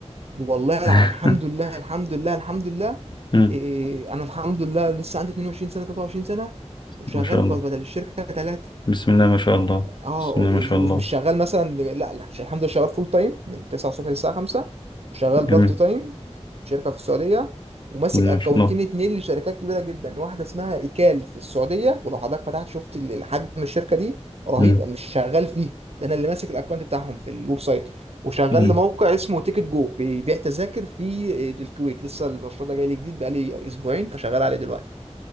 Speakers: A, on the right; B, on the left.
A: والله الع-
B: <laughs>
A: الحمد لله الحمد لله الحمد لله
B: مم.
A: إيه إيه، إيه، انا الحمد لله لسه عندي 22 سنه 23 سنه وشغال
B: ما شاء الله
A: في- بدل الشركه ثلاثه
B: بسم الله ما شاء الله
A: اه
B: بسم الله ما شاء
A: ومش
B: الله
A: شغال مثلا لا لا عشان الحمد لله شغال فول تايم من 9 الصبح للساعه 5 وشغال بارت
B: جميل
A: تايم في شركه في السعوديه وماسك
B: بسم الله
A: اكونتين
B: ما شاء الله
A: اتنين لشركات كبيره جدا واحده اسمها ايكال في السعوديه ولو حضرتك فتحت شفت ال- حجم الشركه دي رهيب
B: مم.
A: مش شغال فيه ده انا اللي ماسك الاكونت بتاعهم في الويب سايت وشغال
B: مم.
A: لموقع اسمه تيكت جو بيبيع تذاكر في الكويت لسه المشروع ده جاي لي جديد بقالي اسبوعين فشغال عليه دلوقتي